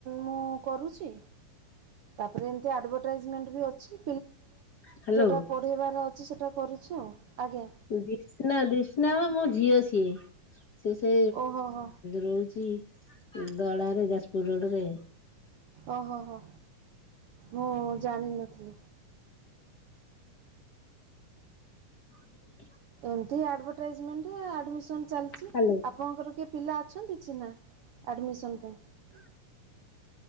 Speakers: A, on the right; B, on the left.
A: ମୁଁ କରୁଛି। ତାପରେମ ଅଡ୍‌ବାଟାଇଜମେଣ୍ଟ ବି ଅଛି।
B: ହ୍ୟାଲୋ
A: ଯୋଉଟା ପଢେଇବାର ଅଛି ସେଟା କରୁଛି ଆଉ ଆଜ୍ଞା।
B: ଦିସ୍ନା ଦିସ୍ନା ବା ମୋ ଝିଅ ସିଏ। ସେ ସେ
A: ଓହୋ ହୋ
B: ରହୁଛି। ଗଳାରେ ଯାଜପୁର ରୋଡରେ।
A: ଓ ହୋ ହୋ। ମୁଁ ଜାଣିିନଥିଲି।
B: <inaudible>
A: ଏମିତି ଆଡ଼ବ୍ଟାଈଜମେଣ୍ଟ ଆଡ଼ମିସନ ଚାଲିଛି
B: ହ୍ୟାଲୋ
A: ଆପଣଙ୍କର କିଏ ପିଲା ଅଛନ୍ତି ଚିହ୍ନା ଏଡ଼ମିଶନ ପାଇଁ।